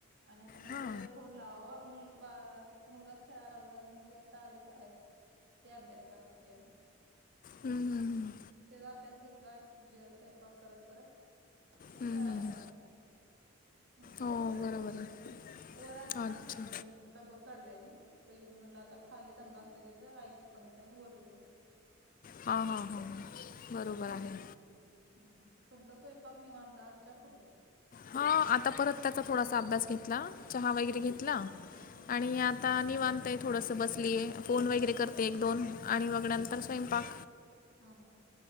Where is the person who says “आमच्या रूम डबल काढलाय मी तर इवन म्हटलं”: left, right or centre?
Right